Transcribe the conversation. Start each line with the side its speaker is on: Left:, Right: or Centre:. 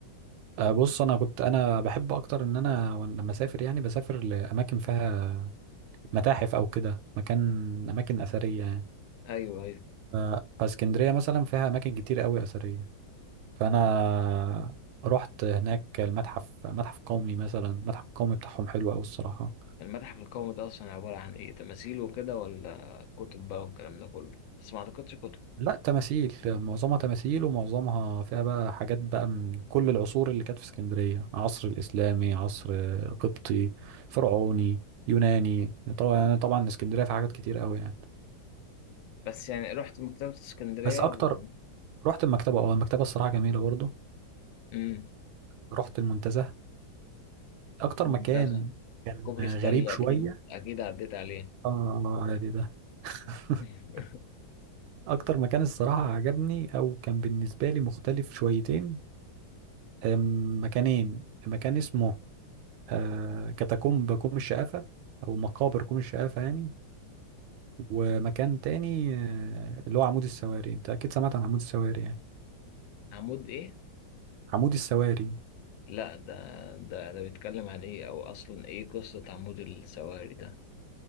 Right: آه، بص انا كنت انا بحب اكتر ان انا وأنا لما اسافر يعني بسافر لاماكن فيها متاحف او كده مكان اماكن اثريه يعني
Left: ايوه ايوه
Right: ف- فاسكندريه مثلا فيها اماكن كتير قوي اثريه فانا رحت هناك المتحف متحف قومي مثلا المتحف القومي بتاعهم حلو قوي الصراحه
Left: المتحف القومي ده أصلا عبارة عن إيه تماثيل وكده ولا كتب بقى والكلام ده كله بس ما أعتقدش كتب
Right: لا تماثيل معظمها تماثيل ومعظمها فيها بقى حاجات بقى من كل العصور اللي كانت في اسكندريه عصر الاسلامي عصر قبطي فرعوني يوناني طبعا يعني طبعا اسكندريه فيها حاجات كتير قوي يعني
Left: بس يعني رحت مكتبة اسكندرية
Right: بس اكتر
Left: ال-
Right: رحت المكتبه اه المكتبه الصراحه جميله برضه
Left: أمم
Right: ورحت المنتزه اكتر
Left: ممتازة
Right: مكان كان
Left: كوبري
Right: غريب
Left: ستانلي
Right: شويه
Left: أكيد أكيد عديت عليه
Right: اه عادي ده <laughs>
Left: <laughs>
Right: اكتر مكان الصراحه عجبني او كان بالنسبه لي مختلف شويتين أم، مكانين مكان اسمه آه، كاتاكومب كوم الشقافه او مقابر كوم الشقافه يعني ومكان تاني آه، اللي هو عمود السواري انت اكيد سمعت عن عمود السواري يعني
Left: عمود إيه؟
Right: عمود السواري
Left: لا ده ده ده بيتكلم عن إيه أو أصلا إيه قصة عمود السواري ده